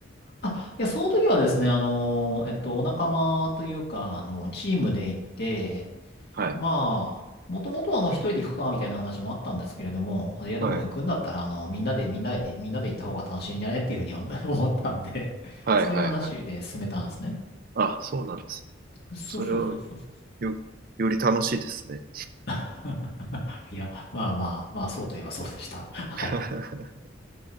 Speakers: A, on the left; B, on the right.
A: あ、いや、その時はですね、あの、えっと、お仲間というか、あの、チームで行って、
B: はい。
A: まあ、もともとはあの、一人で行くか、みたいな話もあったんですけれども、あいや、
B: はい。
A: でも行くんだったら、あの、みんなで、みんなで、みんなで行った方が楽しいんじゃねっていうふうに思 <laughs> 思ったんで、<laughs>
B: はいはいはい。
A: そういう話で進めたんですね。
B: あ、そうなんです。
A: そうそうそうそうそう。
B: それはよ、より楽しいですね。
A: <laughs> いや、まあまあ、まあ、そうといえばそうでした。<laughs> はい。
B: <laughs>